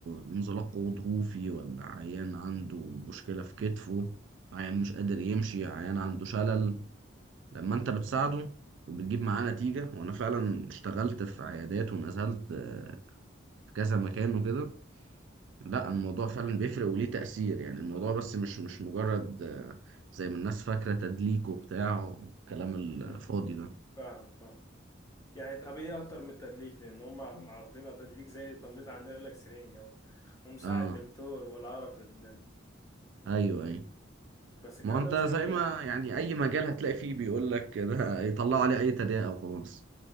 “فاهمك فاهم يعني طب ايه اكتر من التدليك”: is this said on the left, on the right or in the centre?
Left